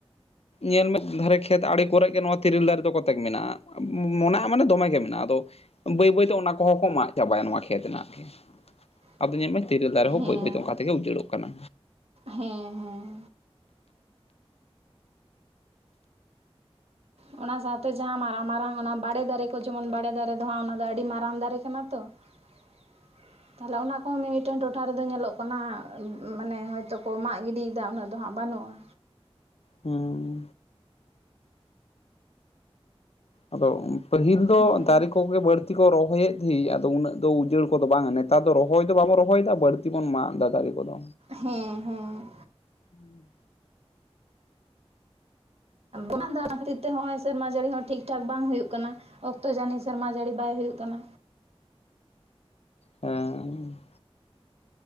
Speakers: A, on the left; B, on the right.
A: ᱧᱮᱞ ᱢᱮ ᱫᱷᱟᱨᱮ ᱠᱷᱮᱛ ᱟᱲᱮ ᱠᱚᱨᱮ ᱜᱮ ᱱᱚᱣᱟ ᱛᱤᱨᱤᱞ ᱫᱟᱨᱮ ᱫᱚ ᱠᱚᱛᱮᱠ ᱢᱮᱱᱟᱜ-ᱟ, ᱢᱚᱱᱟᱜ-ᱟ ᱢᱟᱱᱮ ᱫᱚᱢᱮ ᱜᱮ ᱢᱮᱱᱟᱜ-ᱟ᱾ ᱟᱫᱚ ᱵᱟᱹᱭ ᱵᱟᱹᱭᱛᱮ ᱚᱱᱟ ᱠᱚᱦᱚᱸ ᱠᱚ ᱢᱟᱜ ᱪᱟᱵᱟᱭᱟ ᱱᱚᱣᱟ ᱠᱷᱮᱛ ᱨᱮᱱᱟᱜ ᱜᱮ᱾
B: <inaudible>
A: ᱟᱫᱚ ᱧᱮᱞ ᱢᱮ ᱛᱮᱨᱮᱞ ᱫᱟᱨᱮ ᱦᱚᱸ
B: ᱦᱮᱸ
A: ᱵᱟᱹᱭ ᱵᱟᱹᱭᱛᱮ ᱚᱱᱠᱟ ᱛᱮᱜᱮ ᱩᱡᱟᱹᱲ-ᱚᱜ ᱠᱟᱱᱟ᱾
B: ᱦᱮᱸ ᱦᱮᱸ ᱚᱱᱟ ᱥᱟᱶᱛᱮ ᱡᱟᱦᱟᱸ ᱢᱟᱨᱟᱝ ᱢᱟᱨᱟᱝ ᱚᱱᱟ ᱵᱟᱲᱮ ᱫᱟᱨᱮ ᱠᱚ ᱡᱮᱢᱚᱱ ᱵᱟᱲᱮ ᱫᱟᱨᱮ ᱫᱚ ᱦᱟᱸᱜ ᱚᱱᱟ ᱫᱚ ᱟᱹᱰᱤ ᱢᱟᱨᱟᱝ ᱫᱟᱨᱮ ᱠᱟᱱᱟ ᱛᱚ᱾ <inaudible> ᱛᱟᱦᱚᱞᱮ ᱚᱱᱟ ᱠᱚᱦᱚᱸ ᱢᱤ-ᱢᱤᱫᱴᱮᱱ ᱴᱚᱴᱷᱟ ᱨᱮᱫᱚ ᱧᱮᱞᱚᱜ ᱠᱟᱱᱟ ᱢᱟᱱᱮ ᱦᱚᱭ ᱛᱚ ᱠᱚ ᱢᱟᱜ ᱜᱤᱰᱤᱭ ᱮᱫᱟ ᱩᱱᱟᱹᱜ ᱫᱚ ᱦᱟᱸᱜ ᱵᱟᱹᱱᱩᱜ-ᱟ᱾
A: ᱦᱩᱸ ᱟᱫᱚ ᱯᱟᱹᱦᱤᱞ
B: ᱦᱮᱸ
A: ᱫᱚ ᱫᱟᱨᱮ ᱠᱚᱜᱮ ᱵᱟᱹᱲ- ᱛᱤ ᱠᱚ ᱨᱚᱦᱚᱭ ᱮᱫ ᱫᱷᱤ ᱟᱫᱚ ᱩᱱᱟᱹᱜ ᱫᱚ ᱩᱡᱟᱹᱲ ᱠᱚᱫᱚ ᱵᱟᱝᱟ, ᱱᱮᱛᱟᱨ ᱫᱚ ᱨᱚᱦᱚᱭ ᱫᱚ ᱵᱟᱵᱚᱱ ᱨᱚᱦᱚᱭ ᱮᱫᱟ ᱵᱟᱹᱲ- ᱛᱤ ᱵᱚᱱ ᱢᱟᱜ ᱫᱟ ᱫᱟᱨᱮ ᱠᱚᱫᱚ᱾
B: ᱦᱮᱸ ᱦᱮᱸ
A: ᱦᱩᱸ
B: ᱚᱱᱟ <inaudible> ᱠᱷᱟᱹᱛᱤᱨ ᱛᱮ ᱦᱚᱸᱜ-ᱚᱭ ᱥᱮᱨᱢᱟ ᱡᱟᱹᱲᱤ ᱦᱚᱸ ᱴᱷᱤᱠ ᱴᱷᱟᱠ ᱵᱟᱝ ᱦᱩᱭᱩᱜ ᱠᱟᱱᱟ ᱚᱠ- ᱛᱚ ᱡᱟᱹᱱᱤ ᱥᱮᱨᱢᱟ ᱡᱟᱹᱲᱤ ᱵᱟᱭ ᱦᱩᱭᱩᱜ ᱠᱟᱱᱟ᱾
A: ᱮᱸᱻ